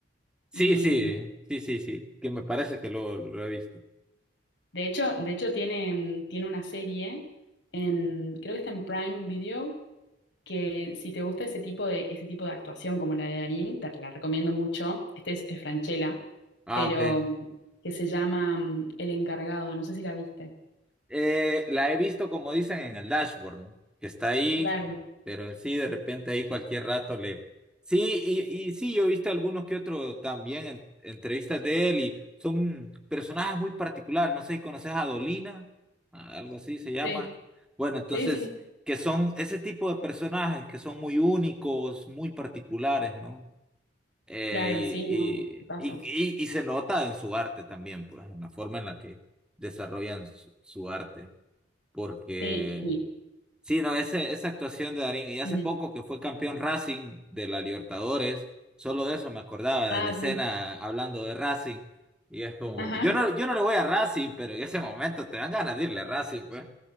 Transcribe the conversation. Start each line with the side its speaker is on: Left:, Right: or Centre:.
Centre: Sí,
Left: Y
Centre: sí,
Left: mm,
Centre: sí, sí, sí, que me parece que lo, lo he visto.
Left: De hecho, de hecho tiene, tiene una serie en, creo que está en Prime Video, que si te gusta ese tipo de, ese tipo de actuación como la de Darín, te la recomiendo mucho. Este es, es Francella,
Centre: Ah,
Left: pero
Centre: ok.
Left: mm, que se llama mm, El Encargado, no sé si la viste.
Centre: Eh, la he visto como dicen en el dashboard, ¿no? Que está ahí,
Left: Claro.
Centre: pero sí, de repente ahí cualquier rato le... Sí, y, y sí, yo he visto algunos que otros también en entrevistas de él y son personajes muy particulares, no sé si conoces a Dolina, a- algo así se llama.
Left: Sí,
Centre: Bueno, entonces,
Left: sí, sí,
Centre: que son ese tipo de personajes que son muy únicos, muy particulares, ¿no? Eh,
Left: claro,
Centre: y,
Left: sí, no, pasos.
Centre: y, y, y y se nota en su arte también, pues, en la forma en la que desarrollan su, su arte porque
Left: Sí, y-
Centre: sí, no, ese, esa actuación de Darín, y hace
Left: ujú.
Centre: poco que fue campeón Racing de la Libertadores, solo de eso me acordaba,
Left: Ah,
Centre: de la escena
Left: sí,
Centre: hablando de Racing, y es como,
Left: ajá.
Centre: yo no, yo no le voy a Racing, pero en ese momento te dan ganas de irle a Racing, pues.